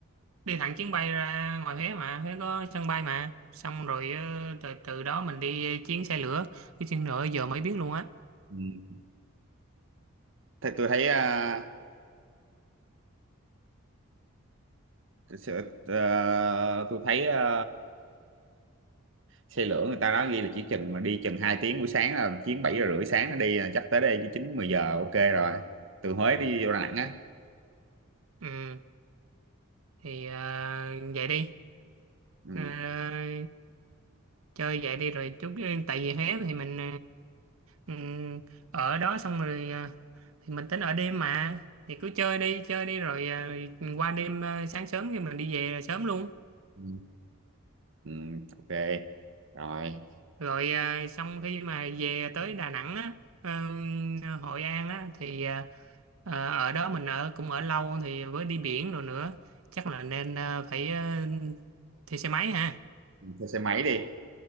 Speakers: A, on the right; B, on the right.
A: đi thẳng chuyến bay ra ngoài Huế mà Huế có sân bay mà xong rồi ờ, từ từ đó mình đi chuyến xe lửa cái chuyến lửa giờ mới biết luôn á
B: ừ. Thì tôi thấy à, sự- ờ, tôi thấy ờ, xe lửa người ta nói ghi là chỉ chừng mà đi chừng hai tiếng buổi sáng là chuyến 7 giờ rưỡi sáng nó đi là chắc tới đây chứ 9 10 giờ ok rồi từ Huế đi vô Đà Nẵng á
A: ừ thì ờ, vậy đi
B: ừ.
A: Ờ, chơi vậy đi rồi chút ờ, tại vì Huế thì mình ờ, ừm, ở đó xong rồi ờ, thì mình tính ở đêm mà thì cứ chơi đi chơi đi rồi ờ, qua đêm ờ, sáng sớm thì mình đi về là sớm luôn
B: Ừ. Ừ. ok rồi
A: rồi à, xong khi mà về tới Đà Nẵng á ờ, Hội An á thì à, ờ, ở đó mình ở cũng ở lâu thì với đi biển rồi nữa chắc là nên à, phải ờ, thuê xe máy ha
B: thuê xe máy đi